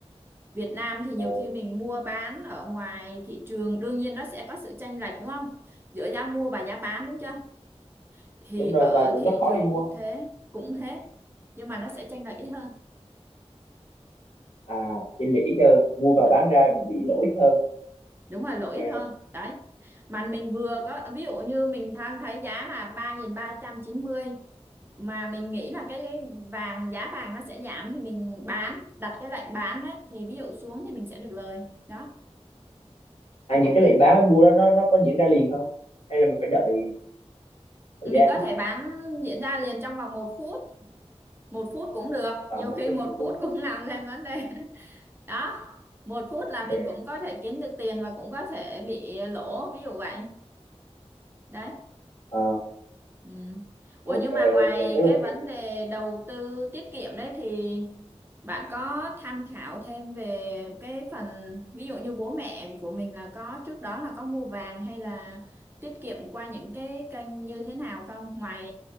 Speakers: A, on the right; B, on the left.
A: Việt Nam thì nhiều
B: Ờ,
A: khi mình mua bán ở ngoài thị trường đương nhiên nó sẽ có sự chênh lệch đúng không giữa giá mua và giá bán đúng chưa thì
B: đúng rồi
A: ở
B: và cũng
A: thị
B: rất khó
A: trường
B: đi mua
A: quốc tế cũng thế nhưng mà nó sẽ chênh lệch ít hơn
B: à chênh lệch ít hơn mua
A: đúng
B: vào
A: rồi
B: bán ra bị lỗi hơn
A: đúng rồi lỗ ít
B: Ờ,
A: hơn đấy mà mình vừa có ví dụ như mình đang thấy giá là ba ba nghìn ba trăm chín mươi mà mình nghĩ là cái vàng giá vàng nó sẽ giảm thì mình bán đặt cái lệnh bán đấy thì ví dụ xuống thì mình sẽ được lời đó
B: à những cái lệnh bán với mua đó nó nó có diễn ra liền không hay là mình phải đợi thời
A: mình
B: gian
A: có thể bán diễn ra liền trong vòng một phút một phút cũng được
B: à,
A: nhiều
B: một
A: khi
B: phút
A: một
B: một phút
A: phút cũng <laughs> làm lên vấn đề <laughs> đó một phút là
B: Dạ.
A: mình cũng có thể kiếm được tiền và cũng có thể bị lỗ ví dụ vậy đấy
B: Ờ,
A: Ừ. Ủa
B: ok
A: nhưng mà ngoài
B: ok tức là
A: cái vấn
B: cái
A: đề đầu tư tiết kiệm đấy thì bạn có tham khảo thêm về cái phần ví dụ như bố mẹ của mình là có trước đó là có mua vàng hay là tiết kiệm qua những cái kênh như thế nào không ngoài